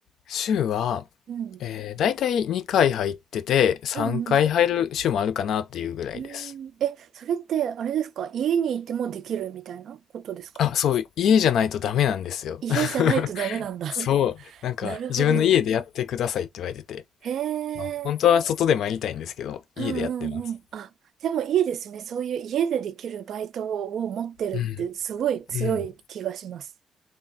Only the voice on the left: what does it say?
週は、
えー、大体2回入ってて、3回入る週もあるかなっていうぐらいです。
あ、そう、家じゃないとダメなんですよ。
<laughs> そう、
なんか自分の家でやってくださいって言われてて、
あ本当は外でもやりたいんですけど、
家でやってます。
うん、うん。